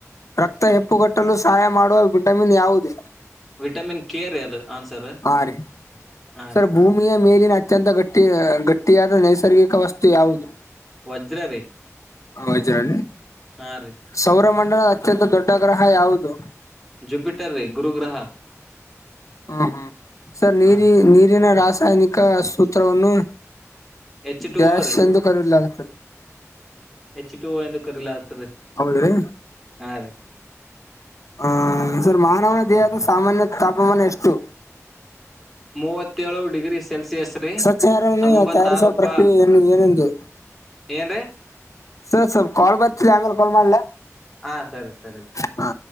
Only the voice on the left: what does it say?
ರಕ್ತ ಹೆಪ್ಪುಗಟ್ಟಲು ಸಹಾಯ ಮಾಡುವ ವಿಟಮಿನ್ ಯಾವುದು
ಹಾ ರೀ
ಸರ್
ಭೂಮಿಯ ಮೇಲಿನ ಅತ್ಯಂತ ಗಟ್ಟಿ ಗಟ್ಟಿಯಾದ ನೈಸರ್ಗಿಕ ವಸ್ತು ಯಾವುದು
ಹಚಾರ <unintelligible>
ಸೌರ ಮಂಡಲದ ಅತ್ಯಂತ ದೊಡ್ಡ ಗ್ರಹ ಯಾವುದು
ಹ್ಮ ಹ್ಮ ಸರ್ ನೀರಿ
ನೀರಿನ ರಾಸಾಯನಿಕ ಸೂತ್ರವನ್ನು
ಡ್ಯಾಶ್
ಎಂದು ಕರೆಯಲಾಗುತ್ತದೆ
ಹೌದ್ರಿ
ಹ್ಮ ಸರ್ ಮಾನವನ ದೇಹದ ಸಾಮಾನ್ಯ ತಾಪಮಾನ ಎಷ್ಟು
ಸವಚಾರವನ್ನು
ತಾರಿಸುವುವ ಪ್ರಕ್ರಿಯೆ
ಏನು ಏನೆಂದು
ಸರ್ ಸ ಸ್ಲ್ ಕಾಲ್ ಬರ್ತಿರಿ ಆಮೇಲೆ ಕಾಲ್ ಮಾಡ್ಲ
ಹಾ